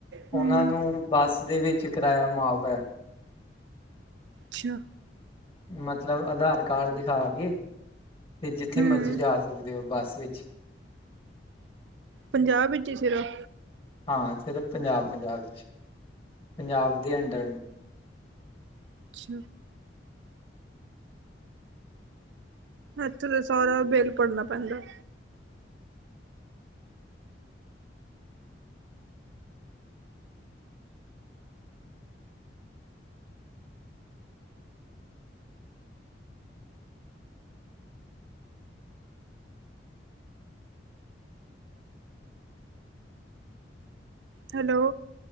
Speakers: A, on the left; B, on the right.
A: ਉਹਨਾਂ
B: ਹੂੰ,
A: ਨੂੰ ਬੱਸ ਦੇ ਵਿੱਚ ਕਿਰਾਇਆ ਮਾਫ਼ ਹੈ।
B: ਅੱਛਾ।
A: ਮਤਲਬ ਆਧਾਰ ਕਾਰਡ ਦਿਖਾ ਕੇ, ਤੇ ਜਿੱਥੇ
B: ਹੂੰ
A: ਮਰਜ਼ੀ ਜਾ ਸਕਦੇ ਹੋ ਬੱਸ ਵਿੱਚ।
B: ਪੰਜਾਬ ਵਿੱਚ ਈ ਸਿਰਫ?
A: ਹਾਂ ਸਿਰਫ ਪੰਜਾਬ-ਪੰਜਾਬ ਚ, ਪੰਜਾਬ ਦੇ ਅੰਡਰ।
B: ਅੱਛ ਏਥੇ ਤਾਂ ਸਾਰਾ ਬਿੱਲ ਭਰਨਾ ਪੈਂਦਾ। ਹੈਲੋ।